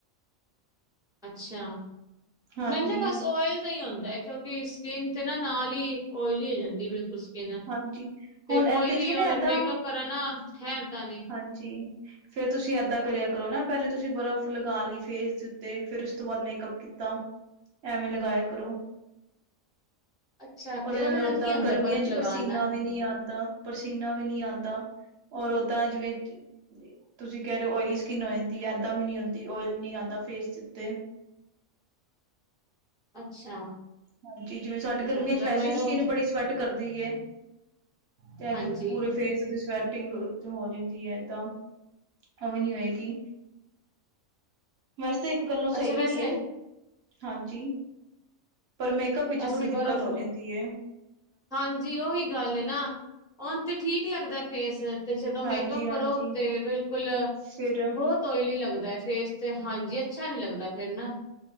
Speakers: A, in the centre; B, on the right (about 50°).
A: ਅੱਛਾ।
B: ਹਾਂਜੀ,
A: ਮੈਂ ਨਾ ਬਸ ਓਇਲ। ਤਾਂ ਹੀ ਹੁੰਦਾ ਹੈ। ਕਿਉਂਕਿ ਸਕਿੰਨ ਤੇ ਨਾ, ਨਾਲ ਹੀ ਓਇਲੀ ਹੋ ਜਾਂਦੀ। ਨਾ
B: ਹਾਂਜੀ
A: ਤੇ
B: ਹੁਣ ਇਹਦੇ
A: ਕੋਈ ਵੀ,
B: ਚ ਨਾ
A: ਅਗਰ
B: ਏਦਾਂ
A: ਮੇਕਅਪ ਕਰਾਂ ਨਾ। ਠਹਿਰ ਦਾ ਨੀ।
B: ਹਾਂਜੀ। ਫੇਰ ਤੁਸੀਂ ਇਏਦਾਂ, ਕਰਿਆ ਕਰੋ ਨਾ। ਪਹਿਲੇ ਤੁਸੀਂ ਬਰਫ਼ ਲਗਾ ਲਈ। ਫੇਸ ਦੇ ਉੱਤੇ, ਫੇਰ ਉਸ ਤੋਂ ਬਾਅਦ ਮੇਕਅੱਪ ਕੀਤਾ। ਐਵੇਂ, ਲਗਾਇਆ ਕਰੋ।
A: <inaudible> ਅੱਛਾ
B: ਉਹਦੇ
A: ਤੇ
B: ਨਾਲ ਓਦਾਂ,
A: ਕੀ ਹੁੰਦਾ
B: ਗਰਮੀਆਂ
A: ਬਰਫ਼
B: ਚ,
A: ਲਗਾਉਣ
B: ਪਸੀਨਾ
A: ਨਾਲ
B: ਵੀ ਨਹੀਂ ਆਉਂਦਾ। ਪਸੀਨਾ ਵੀ, ਨਹੀਂ ਆਉਂਦਾ। ਔਰ ਓਦਾਂ ਜਿਵੇਂ ਤੁਸੀਂ ਕਹਿ ਰਹੇ ਹੋ। ਓਇਲੀ ਸਕਿੰਨ ਹੋ ਜਾਂਦੀ ਏ। ਤਾਂ ਵੀ ਨੀ ਆਉਂਦੀ, ਓਇਲ ਨੀ ਆਉਂਦਾ, ਫੇਸ ਦੇ ਉੱਤੇ।
A: ਅੱਛਾ।
B: ਹਾਂਜੀ, ਜਿਵੇਂ ਸਾਡੇ ਗਰਮੀਆਂ
A: ਮਤਲਬ
B: ਚ, ਵੈਸੇ
A: ਮੈਨੂੰ
B: ਹੀ ਸਕਿੰਨ ਬੜੀ ਸਵੈਟ ਕਰਦੀ ਹੈ। ਤੇ ਅੱਜ
A: ਹਾਂਜੀ
B: ਪੂਰੇ ਫੇਸ ਤੇ ਸਵੈਟਿੰਗ ਹੋ ਜਾਂਦੀ ਹੈ। ਇਏਦਾਂ ਉਹ ਵੀ, ਨੀ ਹੋਏਗੀ। ਵੈਸੇ ਇੱਕ, ਗੱਲੋਂ ਸਹੀ
A: ਅੱਛਾ ਵੈਸੇ
B: ਵੀ ਹੈ। ਹਾਂਜੀ, ਪਰ ਮੇਕਅਪ ਵਿੱਚ
A: ਅਸੀਂ
B: ਥੋੜੀ, ਦਿੱਕਤ
A: ਬਰਫ਼
B: ਹੋ ਜਾਂਦੀ ਹੈ।
A: ਹਾਂਜੀ, ਉਹੀ ਗੱਲ ਹੈ। ਨਾ ਉਹਨ ਤੇ, ਠੀਕ ਲੱਗਦਾ ਫੇਸ। ਤੇ ਜਦੋਂ,
B: ਹਾਂਜੀ
A: ਮੇਕਅੱਪ
B: ਹਾਂਜੀ
A: ਕਰੋ ਤੇ, ਬਿਲਕੁਲ
B: ਫਿਰ
A: ਬਹੁਤ। ਤੋਇਲੀ ਲੱਗਦਾ, ਫੇਸ ਤੇ। ਹਾਂਜੀ, ਅੱਛਾ ਨੀ ਲੱਗਦਾ ਫੇਰ ਨਾ।